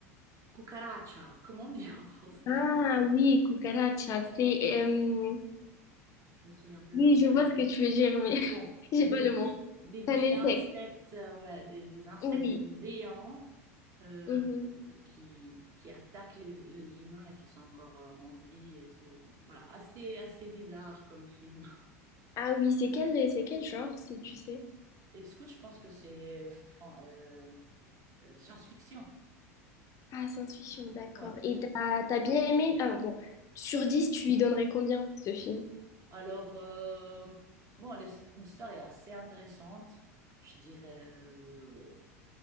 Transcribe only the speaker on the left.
Ah oui, cucaracha, c'est... euh,
Oui,
je vois ce que tu veux dire, mais <laughs>
j'ai
pas le mot.
C'est un insecte,
oui.
Mhm.
Ah oui, c'est quel, c'est quel genre, si tu sais?
Ah, science-fiction, d'accord.
Et t'as, t'as bien aimé... Ah bon, sur 10, tu lui donnerais combien, ce film?